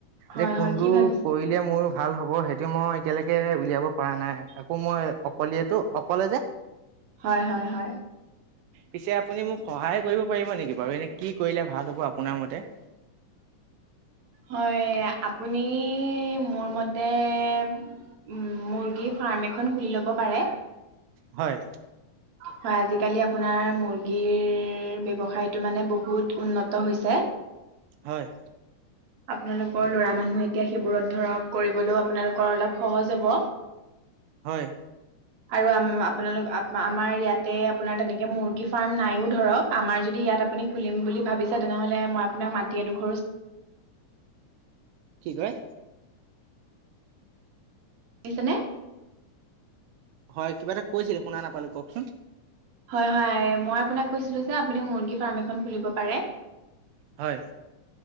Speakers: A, on the right (about 60°); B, on the right (about 85°).
A: হয়
B: যে
A: হয়
B: কোনটো
A: কি ভাবিছে
B: কৰিলে মোৰ ভাল হ'ব সেই। মই এতিয়ালৈকে উলিয়াব পৰা নাই তাকো মই। অলিয়টো অকলে যে।
A: হয় হয় হয়
B: পিছে আপুনি মোক সহায় কৰিব পাৰিব নেকি বাৰু এনে কি কৰিলে ভাল হ'ব আপোনাৰ মতে <inaudible>
A: হয় আপুনি মোৰ মতে উম মুৰ্গী ফাৰ্ম এখন খুলি ল'ব পাৰে
B: হয়।
A: হয় আজিকালি আপোনাৰ মুৰ্গীৰ ব্যৱসায়টো মানে বহুত উন্নত হৈছে।
B: হয়
A: আপোনালোকৰ লৰা মানুহ এতিয়া সেইবোৰত ধৰক কৰিবলৈও আপোনালোকৰ অলপ সহজ হব।
B: হয়।
A: আৰু আম আপোনালোক। আমাৰ ইয়াতে আপোনাৰ তেনেকে মুৰ্গী ফাৰ্ম নাইও ধৰক আমাৰ যদি ইয়াত আপুনি খুলিম বুলি ভাবিছে তেনে। নহলে মই আপোনাক মাতি এডোখৰ
B: কি কয়
A: <inaudible>
B: হয় কিবা এটা কৈছিলে শুনা নাপালো কওকচোন।
A: হয় -হয় মই আপোনাক কৈছিলো যে আপুনি মুৰ্গী ফাৰ্ম এখন খুলিব পাৰে
B: হয়।